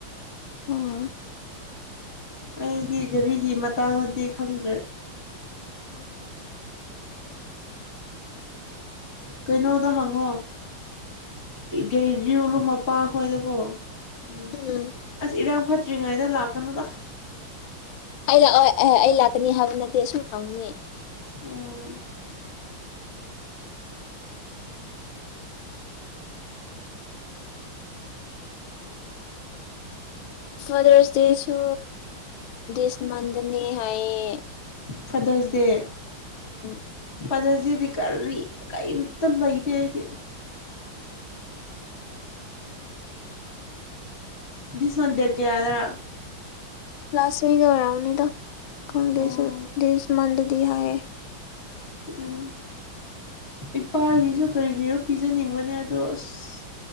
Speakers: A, on the left; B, on the left.
A: ꯍꯝ
B: ꯑꯩꯗꯤ ꯒꯥꯔꯤꯒꯤ ꯃꯇꯥꯡꯗꯗꯤ ꯈꯪꯗ꯭ꯔꯦ
A: ꯎꯝ
B: ꯀꯩꯅꯣꯗ ꯍꯪꯉꯣ ꯒꯩꯔꯤꯂꯨ ꯃꯄꯥꯈꯣꯏꯗꯀꯣ ꯎ
A: ꯎꯝ
B: ꯑꯁ ꯏꯔꯥꯡ ꯐꯠ ꯁꯇ꯭ꯔꯤꯉꯩꯗ ꯂꯥꯛꯀꯅꯨꯗ
A: ꯑꯩ ꯂꯥꯛꯑꯣ ꯑꯦꯍ ꯑꯩ ꯂꯥꯛꯀꯅꯤ ꯍꯥꯏꯕ ꯅꯠꯇꯦ ꯁꯨꯝ ꯍꯪꯕꯅꯤ
B: ꯎꯝ
A: ꯐꯥꯗꯔꯁ ꯗꯦꯁꯨ ꯗꯤꯁ ꯃꯟꯗꯅꯤ ꯍꯥꯏꯌꯦ
B: ꯐꯥꯗꯔꯁ ꯗꯦ
A: ꯎꯝ
B: ꯐꯗꯔꯁꯗꯦꯗꯤ ꯀꯔꯤ ꯀꯩꯇ ꯃꯩꯗ ꯑꯗꯤ ꯗꯤꯁ ꯃꯟ ꯗꯦꯠ ꯀꯌꯥꯗꯔꯥ
A: ꯂꯥꯁꯃꯤꯗꯔ ꯎꯔꯅꯤꯗ ꯈꯪꯗꯦ
B: ꯑꯣ
A: ꯑꯩꯁꯨ ꯗꯤꯁ ꯃꯟꯗꯗꯤ ꯍꯥꯏꯌꯦ
B: ꯎꯝ ꯏꯄꯥꯒꯤꯁꯨ ꯀꯔꯤꯒꯤꯅꯣ ꯄꯤꯖꯅꯤꯡꯕꯅꯦ ꯑꯗꯣ ꯑꯁ